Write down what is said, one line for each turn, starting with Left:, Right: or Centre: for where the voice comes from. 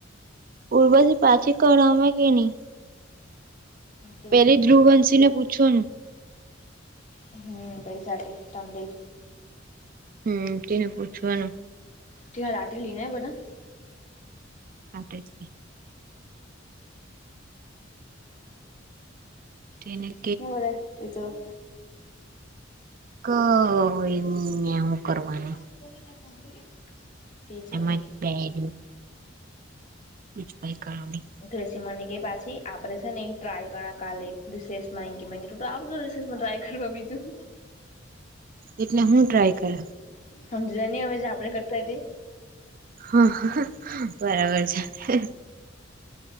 Right: ઉર્વશી પાછી કરહવે કે ની
Left: તેઓ
Right: પેલી
Left: છે
Right: ધ્રુવંશી ને પૂછો
Left: હમ્મ પલી સાથે તમબિલ
Right: હમ્મ તેને પૂછુંવાનું
Left: ત્યા <unintelligible> બધા
Right: <unintelligible> તેની
Left: હુ કરે બીજું
Right: કયની ની હું કરવાની
Left: <unintelligible> તે જોરી
Right: આમજ બેહેલી બીજું કાંઈ કરોની
Left: <unintelligible> મને કે પાછી આપરે છે ને એ ટ્રાય કર કાલે <unintelligible> તો આવશો રિસેમાં ટ્રાય કરવા બીજું
Right: એટલે હું ટ્રાય કર
Left: સમજધાય નહી હવે જે આપડે કરતા તે
Right: હા બરાબર છે